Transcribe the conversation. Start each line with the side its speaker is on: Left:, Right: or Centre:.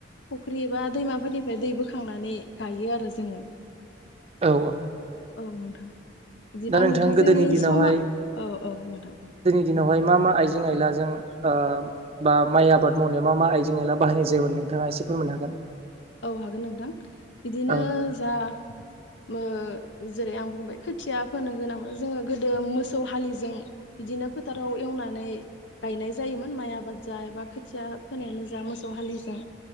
Left: फुख्रि एबा दैमाफोरनिफ्राय दै बोखांनानै गायो आरो जोङो।
Right: औ औ
Left: औ नोंथां बिदिबा
Right: दा
Left: नोंथां
Right: गोदोनि
Left: जोंनि
Right: दिनावहाय
Left: समा औ औ नोंथां।
Right: दिनावहाय मा मा आइजें आइलाजों ओ बा माइ आबाद मावनायाव मा मा आइजें आइला बाहायनाय जायोमोन नों नोंथाङा एसे फोरमायनो हागोन
Left: औ हागोन नोंथां बिदिनो
Right: औ
Left: जा ओ जेरै आं बुंबाय खोथिया फोनो गोनां जोङो गोदो मोसौ हालिजों बिदिनो फोथाराव एवनानै गायनाय जायोमोन माइ आबाद जा एबा खोथिया फोनायानो जा मोसौ हालिजों।